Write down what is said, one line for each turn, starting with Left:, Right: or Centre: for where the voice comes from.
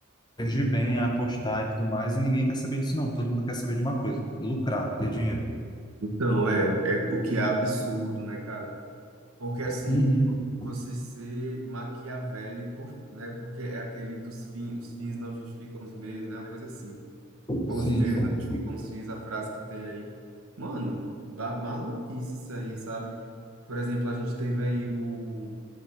Left: surgiu bem a apostar e tudo mais, e ninguém quer saber disso, não. Todo mundo quer saber de uma coisa: lucrar, ter dinheiro.
Right: Então, é, é o que é absurdo, né, cara? Porque, assim,
Left: Uhum.
Right: você ser maquiavélico, né? Porque é aquele dos fins, os fins não justificam os meios, né? Uma coisa assim. Ou
Left: Sim.
Right: os meios não justificam os fins, a frase que tem aí. Mano, ba- maluquice isso aí, sabe? Por exemplo, a gente teve aí o